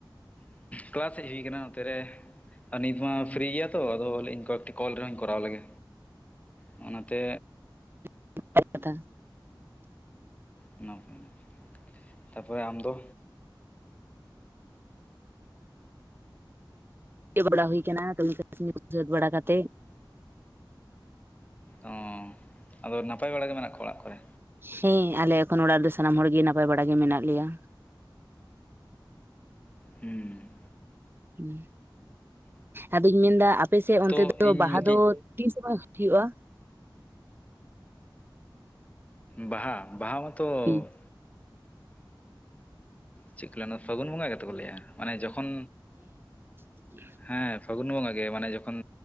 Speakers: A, on the left (about 15°); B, on the right (about 25°).
A: ᱠᱞᱟᱥ ᱦᱮᱡ ᱦᱩᱭ ᱠᱟᱱᱟ ᱱᱚᱛᱮᱨᱮ ᱟᱨ ᱱᱤᱛ ᱢᱟ ᱯᱷᱨᱤ ᱜᱮᱭᱟ ᱛᱚ ᱟᱫᱚ ᱞᱟᱹᱭᱟ. ᱧ ᱠᱚᱭᱮᱠᱴᱤ ᱠᱚᱞ ᱨᱮᱦᱚᱸᱧ ᱠᱚᱨᱟᱣ ᱞᱮᱜᱮ᱾ ᱚᱱᱟᱛᱮ
B: <unintelligible>
A: <unintelligible> ᱛᱟᱯᱚᱨᱮ ᱟᱢᱫᱚ?
B: <unintelligible> ᱵᱟᱲᱟ ᱦᱩᱭ ᱟᱠᱟᱱᱟ ᱠᱟᱹᱢᱤ ᱠᱚ ᱥᱟᱹᱛ ᱵᱟᱲᱟ ᱠᱟᱛᱮ
A: ᱚ ᱟᱫᱚ ᱱᱟᱯᱟᱭ ᱵᱟᱲᱟ ᱜᱮ ᱢᱮᱱᱟᱜ ᱠᱚᱣᱟ ᱚᱲᱟᱜ ᱠᱚᱨᱮ?
B: ᱦᱮᱸ ᱟᱞᱮ ᱮᱠᱷᱚᱱ ᱚᱲᱟᱜ ᱨᱮᱫᱚ ᱥᱟᱱᱟᱢ ᱦᱚᱲᱜᱮ ᱱᱟᱯᱟᱭ ᱵᱟᱲᱟᱜᱮ ᱢᱮᱱᱟᱜ ᱞᱮᱭᱟ᱾
A: ᱦᱩᱸ
B: ᱦᱩᱸ ᱟᱫᱚᱧ ᱢᱮᱱ ᱮᱫᱟ ᱟᱯᱮᱥᱮᱫ ᱚᱱᱛᱮ
A: ᱛᱚ
B: ᱫᱚ
A: ᱤᱧ
B: ᱵᱟᱦᱟ
A: ᱢᱤᱫᱴᱤᱡ
B: ᱫᱚ ᱛᱤᱥ ᱦᱚ-ᱵᱟᱝ ᱦᱩᱭᱩᱜ-ᱟ
A: ᱵᱟᱦᱟ ᱵᱟᱦᱟ ᱢᱟᱛᱚ
B: ᱦᱮᱸ
A: ᱪᱮᱫ ᱠᱚ ᱞᱟᱹᱭᱟ ᱯᱷᱟᱹᱜᱩᱱ ᱵᱚᱸᱜᱟ ᱜᱮᱛᱚ ᱠᱚ ᱞᱟᱹᱭᱟ ᱢᱟᱱᱮ ᱡᱚᱠᱷᱚᱱ
B: <unintelligible>
A: ᱦᱮᱸ ᱯᱷᱟᱹᱜᱩᱱ ᱵᱚᱸᱜᱟ ᱜᱮ ᱢᱟᱱᱮ ᱡᱚᱠᱷᱚᱱ